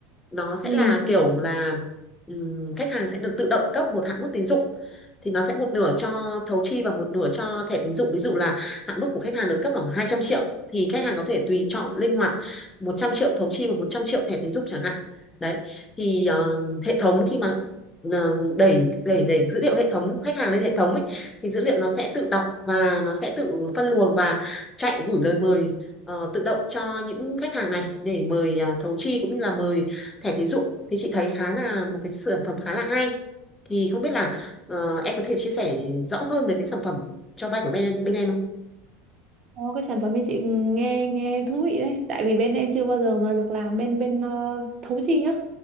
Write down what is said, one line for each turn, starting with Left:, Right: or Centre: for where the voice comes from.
Left: nó sẽ
Right: Ừ.
Left: là kiểu là ừm, khách hàng sẽ được tự động cấp một hạn mức tín dụng thì nó sẽ một nửa cho thấu chi và một nửa cho thẻ tín dụng ví dụ là hạn mức của khách hàng được cấp khoảng 200 triệu thì khách hàng có thể tùy chọn linh hoạt 100 triệu thấu chi và 100 triệu thẻ tín dụng chẳng hạn đấy thì ờ, hệ thống khi mà ờ, đẩy đẩy đẩy dữ liệu hệ thống khách hàng lên hệ thống ấy thì dữ liệu nó sẽ tự đọc và nó sẽ tự phân luồng và chạy gửi lời mời ờ, tự động cho những khách hàng này để mời à, thấu chi cũng như là mời thẻ tín dụng thì chị thấy khá là một cái sản phẩm khá là hay thì không biết là ờ, em có thể chia sẻ rõ hơn về cái sản phẩm cho vay của bên em bên em không
Right: Ồ, cái sản phẩm bên chị nghe nghe thú vị đấy tại vì bên em chưa bao giờ mà được làm bên bên ờ, thấu chi á